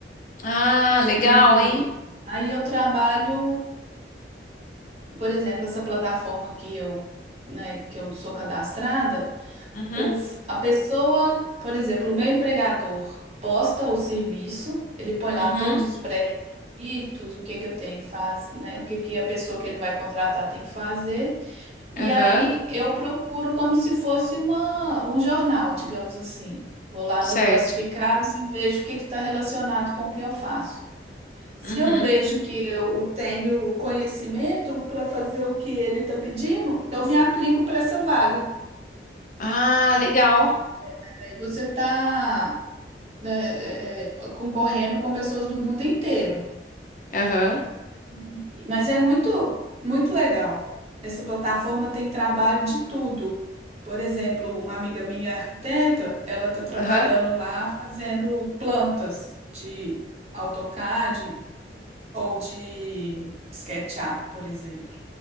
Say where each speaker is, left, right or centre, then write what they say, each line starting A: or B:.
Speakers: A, on the left (about 45°); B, on the right (about 35°).
A: Ah, legal,
B: E
A: hein?
B: aí eu trabalho, por exemplo, essa plataforma que eu, né, que eu sou cadastrada.
A: Uhum,
B: O, f- a pessoa, por exemplo, o meu empregador posta o serviço, ele põe lá
A: uhum,
B: todos os pré-requisitos, o que que eu tenho que fazer, né? O que que a pessoa que ele vai contratar tem que fazer. E
A: aham,
B: aí eu procuro como se fosse uma, um jornal, digamos assim. Vou lá
A: certo.
B: no classificados e vejo o que que está relacionado com o que eu faço. Se
A: Uhum.
B: eu vejo que eu tenho conhecimento para fazer o que ele está pedindo, eu me aplico para essa vaga.
A: Ah, legal.
B: Aí você está né, é, é, concorrendo com pessoas do mundo inteiro.
A: Aham,
B: E- Mas é muito, muito legal. Essa plataforma tem trabalho de tudo. Por exemplo, uma amiga minha arquiteta, ela está trabalhando
A: aham.
B: lá fazendo plantas de AutoCAD ou de SketchUp, por exemplo.